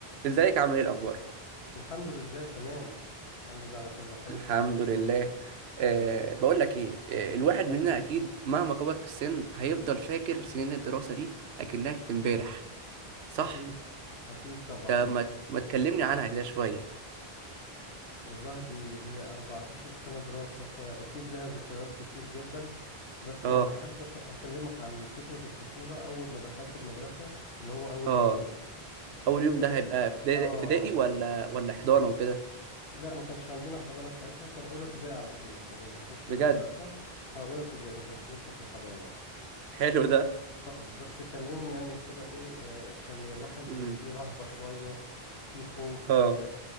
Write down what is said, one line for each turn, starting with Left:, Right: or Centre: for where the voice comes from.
Right: ازيك عامل ايه الاخبار
Left: الحمد لله تمام الحمد لله على كل حال
Right: الحمد لله
Left: <laughs>
Right: أه
Left: تمام
Right: بقول لك ايه أه الواحد
Left: ايوه
Right: مننا اكيد مهما كبر في السن هيفضل فاكر سنين الدراسه دي اكنها كانت امبارح صح
Left: اكيد اكيد طبعا
Right: طب ما ما تكلمني عنها كده شويه
Left: والله دي هي 14 سنة دراسة فاكيد لها ذكريات كتير جدا بس
Right: اه
Left: انا حابب أك- اكلمك عن فترة الطفولة اول ما دخلت المدرسة اللي هو اول
Right: اه
Left: يوم
Right: اول
Left: يعني
Right: يوم ده هيبقى ابتدا-
Left: اه
Right: ابتدائي ولا ولا حضانه وكده
Left: لا ما كانش عندنا حضانة ساعتها كان اولى ابتدائي على طول كنا بنخش
Right: بجد
Left: المدرسة اه اولى ابتدائي ما كانش لسه في حضانة
Right: حلو ده
Left: اه بس كان يوم يعني كده ايه آه، كان الواحد
Right: امم
Left: فيه رهبة شوية فيه خوف
Right: اه
Left: آه،